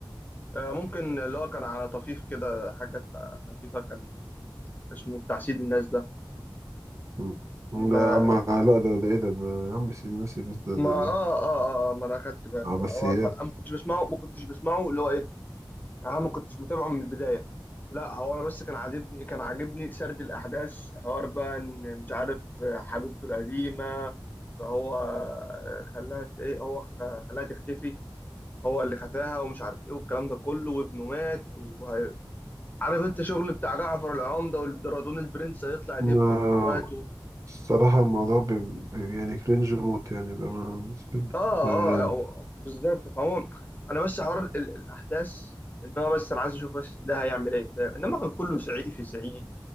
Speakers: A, on the left (about 20°); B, on the right (about 40°).
A: آه، ممكن اللي هو كان على طفيف كده حاجات خفيفة كان اسمه بتاع سيد الناس ده
B: مم.
A: ما
B: ده ما لا ده ده ايه ده ده يا عم سيدي ناسي بس ده
A: ما
B: ده
A: اه
B: ده
A: اه اه آه، ما انا اخدت بالي
B: عباسيات
A: بقى هو الحق- أنا ما كنتش بسمعه ما كنتش بسمعه اللي هو ايه يعني انا ما كنتش متابعه من البدايه لا هو انا بس كان عاجبني كان عاجبني سرد الاحداث حوار بقى ان مش عارف آه، حبيبته القديمه فهو آه، خلاها ت- ايه هو خ- خلاها تختفي هو اللي خفاها ومش عارف ايه والكلام ده كله وابنه مات وعارف انت شغل بتاع جعفر العمده والدرادون البرنس هيطلع
B: ما
A: يدب في اخواته
B: الصراحة الموضوع بي... بي- يعني كرنج موت يعني بأمانة بالنسبة لي
A: اه
B: ما يعني
A: اه هو- بالظبط فهو انا بس حوار ال- الاحداث ان هو بس انا عايز اشوف بس ده هيعمل ايه ده انما كان كله زعيق في زعيق